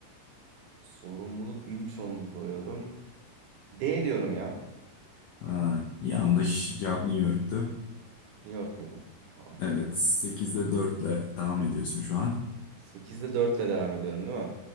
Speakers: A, on the right; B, on the left.
A: sorumluluk büyük sorumluluk alıyorum. D diyorum ya.
B: Aa, yanlış cevap New York'tu.
A: New York muydu? Okey.
B: Evet, 8'de dörtle devam ediyorsun şu an.
A: 8'de 4 ile devam ediyorum değil mi?